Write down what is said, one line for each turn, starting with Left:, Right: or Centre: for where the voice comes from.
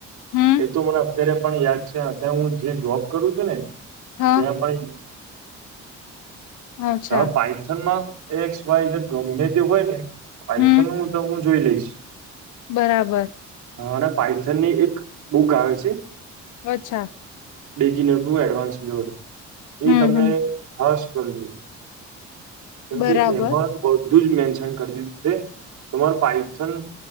Left: હમ
Right: એ તો, મને અત્યારે પણ યાદ છે. હા ત્યાં હું જે જોબ કરું છું. ને
Left: હા
Right: ત્યાં પણ
Left: અચ્છા
Right: તમારે પાયથનમાં એકસ વાય ને ગમને તે હોય ને આઈથન
Left: હમ
Right: નું, તો હું જોઈ લઈશ
Left: બરાબર
Right: અને પાઇથન ની એક બુક આવે છે.
Left: અચ્છા
Right: બે જીનો ટુ એડવાન્સ લ્યો એ
Left: હમ
Right: તમને
Left: હમ
Right: ખાસ કરજો કેમકે
Left: બરાબર
Right: એમાં બધું જ મેન્શન કરી દીધું છે. તમારે પાાયથન